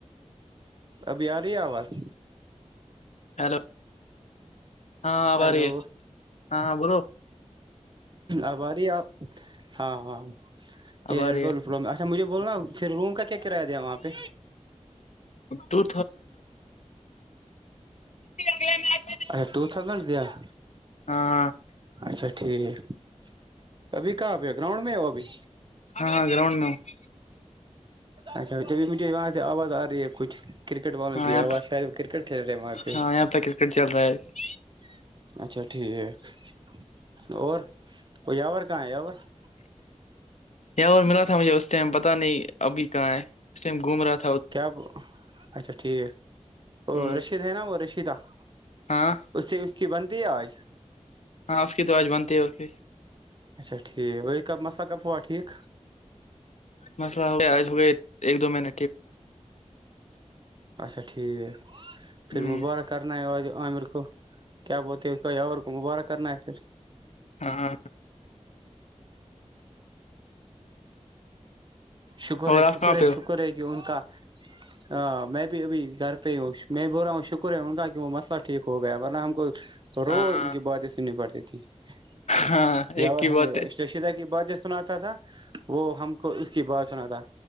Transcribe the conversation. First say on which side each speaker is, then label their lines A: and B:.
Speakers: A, on the right; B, on the left.
A: ابھی آ رہی ہے آواز
B: ہیلو ہاں ہ آباری
A: ہیلو
B: ہے ہاں ہاں بولو <unintelligible>
A: ہماری آپ <unintelligible> ہاں ہاں ف
B: اب
A: <unintelligible>
B: آ رہی ہے
A: ار مجھ بول رہنا ہو <unintelligible> پھر روم کا کیا کرایہ دیا وہاں پہ
B: ٹو لگ میں <unintelligible>
A: اے ٹو تھاؤزن دیا <unintelligible>
B: ہاں <unintelligible>
A: اچھا ٹھیک <unintelligible> ابھی کہاں پہ گراؤنڈ میں ہو ابھی
B: ہاں ہاں گراؤنڈ میں ہوں
A: اچھا تبھی مجھے وہاں سے آواز آ رہی ہے <unintelligible> کچھ کرکٹ والوں کی
B: ہاں
A: آواز شاید وہ کرکٹ کھیل رہے وہاں پہچ
B: ہاں یہاں پہ کرکٹ چل
A: <unintelligible>
B: رہا ہے
A: اچھا ٹھیک <unintelligible> اور اور ور کہاں ہے یاور <unintelligible>
B: یا اور ملا تھا مجھے اس ٹائم پتہ نہیں <unintelligible> ابھی کہاں ہے اس ٹائم گھوم رہا تھا <unintelligible>
A: کیا اچھا ٹھیک وہ
B: ہ
A: رشید ہے نا وہ رشید آ <unintelligible>
B: ہاں
A: اس سے اس کی بنتی ہے آج
B: ہاں اس کی تو آج بنتی ہے اور پھر
A: اچا ٹھیک وہ کب مسئلہ کپ کوا ٹھیک
B: مسلہ ہو آ گ ایک دو مہینٹ
A: اچھا ٹھیک پھر
B: ہ
A: مبارک کرنا آ امرک کیپ بتیک مبار کرنا ہے پھر
B: ہاں
A: شکر
B: اور
A: ہے
B: آپ
A: شکر
B: کہاں
A: ہے
B: پہ ہو
A: شکر ہے کہ ان کا ہاں میں بھی ابھی گھر پہ ہی ہوں میں بول رہا ہوں شکر ہے ان کا کہ وہ مسئلہ ٹھیک ہو گیا ورنہ ہم کو رو
B: ہاں
A: ان کی باتیں سننی پڑتی تھی جی
B: ہاں
A: یا
B: ایک
A: اور
B: کی
A: ہمیں
B: بات
A: اشرشیدہ
B: ہے
A: کی باتیں سناتا تھا وہ ہم کو اس ش بت سنا تھا